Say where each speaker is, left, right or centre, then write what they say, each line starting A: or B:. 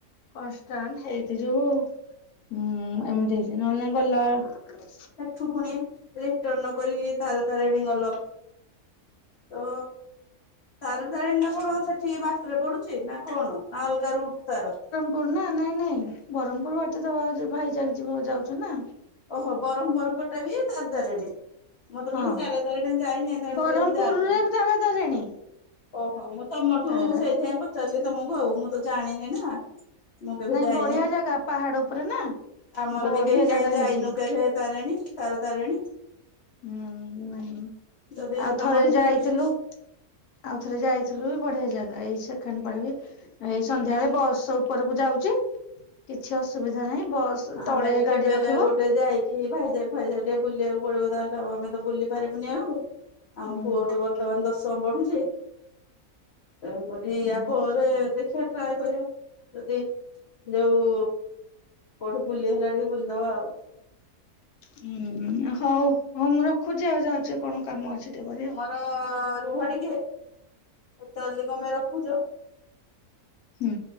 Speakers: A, on the left; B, on the left.
A: କନଷ୍ଟାଣ୍ଟ ହେଇଥି ଯୋଉ ଉ ଏମିତି ହେଇଛି ନହେଲେ ଗଲା ଆ
B: ଠୁ ପୁଣି ରିଟନ କରିକି ତାରା ତାରିଣୀ ଗଲ। ତ ତାରା ତାରିଣୀଟା କଣ ସେଠିକି ବାଟରେ ପଡୁ ଚି ନା କଣ? ନା ଅଲଗା ରୁଟ୍ ତାର?
A: କନ୍ ନା ନାଇଁ ନାଇଁ ବରହମପୁର ବାଟେ ତ ଭାଉଜ ଭାଇ ଯିବ ଯାଉଛି ନା?
B: ଓହୋ ବରମ ପୁର ପଟେ ବି ତାରା ତାରିଣୀ? ମତେ
A: ହଁ
B: କଇଲେ ତାରା ତାରିଣୀ ଯାଇନି ତେଣୁ
A: ବ୍ରହ୍ମପୁରରେ
B: କରି ମୁଁ ଯାଣିନି।
A: ତାରା ତାରିଣୀ
B: ଓହୋ ମୁଁ ତମଠୁ
A: ତାରା
B: ସେଇଥିପାଇଁ ପଚାରିଲି ତମକୁ ଆଉ ମୁଁ ତ ଜାଣିନି ନା। ମୁଁ କେବେ
A: ନାଇଁ
B: ଯାଇନି
A: ବଢିଆ ଜାଗା ପାହାଡ ଉପରେ ନା
B: ଆମର
A: ବଢିଆ
B: ବି କେହି କାହିଁ
A: ଜାଗା ହେଇଛି।
B: କେଭେ ତାରେଣୀ ତାର ତାରେଣୀ
A: ହୁଁ ନାହିଁ
B: ଯଦି
A: ଆଉ
B: ତମଠୁ
A: ଥରେ
B: ଶୁଣିଛେ
A: ଯାଇଥିଲୁ ଆଉ ଥରେ ଯାଇଥିଲୁ ବଢିଆ ଜାଗା ଏଇ ସେକେଣ୍ଡ ପରେ ବି ଏଇ ସନ୍ଧ୍ୟାବେଳେ ବସ ଉପରକୁ ଯାଉଚି। କିଛି ଅସୁବିଧା ନାହିଁ ବସ୍ ତଳେ
B: ଆମେ ବି
A: ଗାଡି
B: କେବେ
A: ରଖିବ।
B: ଗୋଟେ ଯାଇ କି ଭାଇଜାକୁ ଫାଇଯାକ୍ ଟିକେ ବୁଲିବାକୁ ପଡିବ ତାହେଲେ ଆଉ ଆମେ ତ ବୁଲି ପାରିବୁନି ଆଉ ଆମ
A: ହୁଁ
B: ପୁଅ ତ ବର୍ତ୍ତମାନ ଦଶମ ପଢୁଛି। ତେଣୁ କରି
A: ହୁଁ
B: ଆ ପରେ ଦେ ଖିଆ ଟ୍ରାଏ କରିବା ଯଦି ଯୋଉ କୋଉଠୁ ବୁଲି ହେଲା ଟିକେ ବୁଲିଦବା ଆଉ।
A: ହୁଁ ହଉ ହଉ ମୁଁ ରଖୁଚି ଆଉ ଯାଉଛି କଣ କାମ ଅଛି ଟିକେ କରେ ଆଉ।
B: ର ରୁହ ଟିକେ ଏତେଅଲ୍ଦି କଣ ପାଇଁ ରଖୁଚ?
A: ହୁଁ